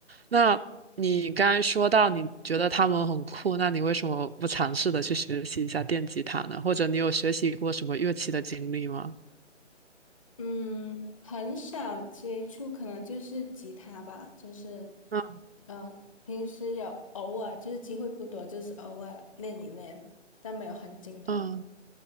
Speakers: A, on the right; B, on the left.
A: 那你刚才说到你觉得他们很酷，那你为什么不尝试的去学习一下电吉他呢？或者你有学习过什么乐器的经历吗？
B: 嗯，很少接触，可能就是吉他吧，就是，
A: 嗯
B: 呃，平时有偶尔，就是机会不多，就是偶尔练一练，但没有很精通。
A: 嗯